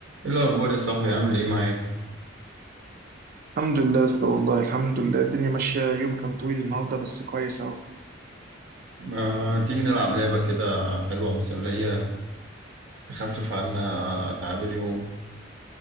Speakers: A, on the right; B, on the right.
A: ايه الاخبار يا صاحبي عامل ايه معاك
B: الحمد لله يا اسطى والله الحمد لله الدنيا ماشية يوم كان طويل النهاردة بس كويس اهو
A: آه، تيجي نلعب لعبه كده حلوه مسليه تخفف عنا اتعاب اليوم